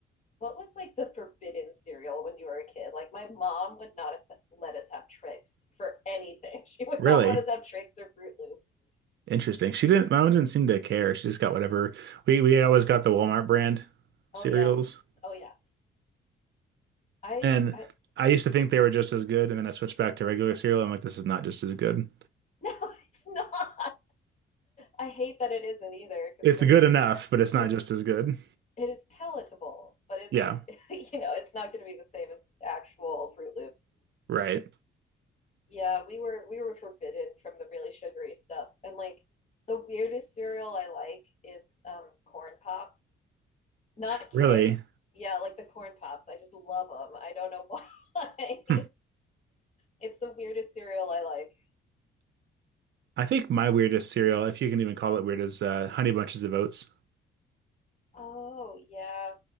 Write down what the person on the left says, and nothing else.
what was like the forbidden cereal when you were a kid? Like my mom would not us- let us have tricks for anything. <laughs> She would
not let us have tricks or Fruit Loops.
Oh yeah, oh yeah. I
I
no, <laughs> it's not. I hate that it isn't either because
like
it's
it is palatable, but it's
<laughs> you know it's not going to be the same as actual Fruit Loops.
Yeah, we were we were forbidden from the really sugary stuff. And like the weirdest cereal I like is um corn pops. Not
Kix. Yeah, like the corn pops. I just love them. I don't know <laughs> why.
It's the weirdest cereal I like.
Oh, yeah.